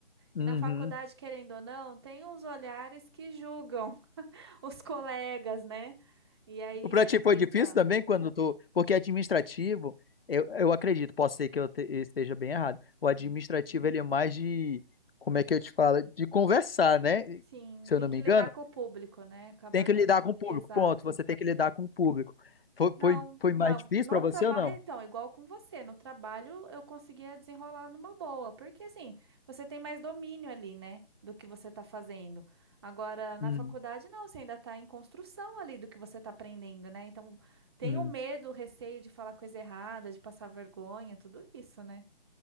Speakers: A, on the left; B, on the right.
A: Uhum.
B: E na faculdade, querendo ou não, tem os olhares que julgam <laughs> os colegas, né? E aí
A: O pra
B: você
A: ti foi
B: fica.
A: difícil também quando tu. Porque é administrativo, eu, eu acredito, posso ser que eu te- eu esteja bem errado. O
B: Uhum.
A: administrativo, ele é mais de. Como é que eu te falo? De conversar, né?
B: Sim,
A: Se
B: tem
A: eu não
B: que
A: me
B: lidar
A: engano,
B: com o público, né? Acaba
A: tem que
B: tendo.
A: lidar com o público.
B: Exato.
A: Ponto. Você tem que lidar com o público. Foi,
B: Não,
A: foi, foi
B: não.
A: mais difícil
B: No
A: pra você
B: trabalho,
A: ou não?
B: então, igual com você, no trabalho eu conseguia desenrolar numa boa, porque assim, você tem mais domínio ali, né, do que você está fazendo. Agora, na
A: Hum,
B: faculdade, não, você ainda está em construção ali do que você está aprendendo, né? Então, tem
A: hum.
B: o medo, o receio de falar coisa errada, de passar vergonha, tudo isso, né?